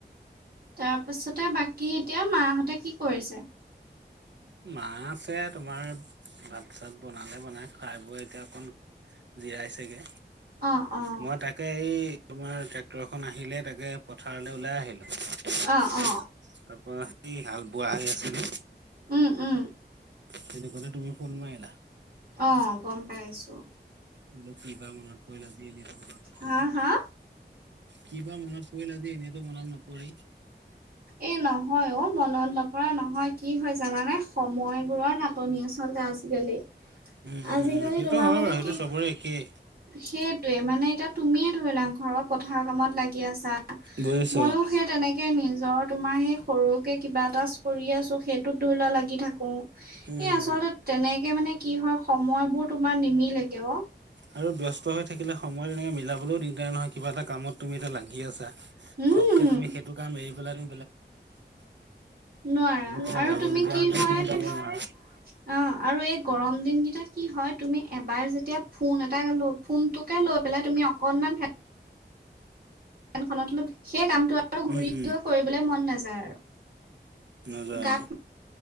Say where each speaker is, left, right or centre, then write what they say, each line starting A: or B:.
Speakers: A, on the right (about 55°); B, on the right (about 80°).
A: তাৰপিছতে বাকী এতিয়া মাহঁতে কি কৰিছে?
B: মা আছে তোমাৰ, ভাত চাত বনালে বনাই খাই বৈ এতিয়া অকণ, জীয়াইছেগে।
A: অ অ
B: মই তাকে এই তোমাৰ ট্ৰেক্টৰ খন আহিলে তাকে পথাৰত ওলাই আহিলো। তাৰপৰা
A: অ অ
B: সেই হাল বোৱা হৈ আছিলে
A: উম, উম।
B: তেনেকুৱাতে তুমি ফোন মাইলা।
A: অ', গম পাইছো।
B: বোলো কিবা মনত পৰিল আজি এনেতো মনত মনত নপৰেই।
A: হা হা
B: কিবা মনত পৰিল আজি এনেইতো মনত নপৰেই।
A: এ নহয় অ', মনত নপৰা নহয়। কি হয় জানানে? সময়বোৰৰ নাটনি আচলতে আজিকালি।
B: উম,
A: আজিকালি
B: উম, সেইটো
A: তোমাৰ
B: হয়
A: মানে
B: বাৰু সেইটো
A: কি
B: চবৰে একেই
A: সেই তোয়ে মানে এতিয়া তুমিয়ে ধৰিলা ঘৰৰ পথাৰৰ কামত লাগি আছা
B: বুজিছ
A: ময়ো সেই তেনেকে নিজ জৰ তোমাৰ হেই সৰুকে কিবা এটা কৰি আছোঁ। সেইটোত ধইলোৱা লাগি থাকোঁ।
B: উম,
A: এ
B: হম,
A: আচলতে
B: হম
A: তেনেকে মানে কি হয় সময়বোৰ তোমাৰ নিমিলেগে অ'।
B: আৰু ব্যস্ত হৈ থাকিলে সময় তেনেকে মিলাবলৈও দিগদাৰ নহয়, কিবা এটা কামত তুমি এতিয়া লাগি আছা।
A: উম
B: ঘপ কে তুমি সেইটো কাম এৰি পেলাইনো
A: নোৱাৰা।
B: ক'ৰবাত
A: আৰু
B: যাবলগীয়া
A: তুমি কি
B: হ'লেও
A: হয়
B: তুমি যাব
A: অ',
B: নোৱাৰা।
A: আৰু এই গৰম দিনকেইটাত কি হয়, তুমি এবাৰ যেত তিয়া ফোন এটাকে লৈ, ফোনটোকে লৈ পেলাই তুমি অকনমান ফে ফেনখনৰ তলত সেই কামটো আৰু
B: উম,
A: ঘূৰি
B: উম,
A: গৈ কৰিবলৈ মন নাযায় আৰু।
B: নযায়।
A: গাত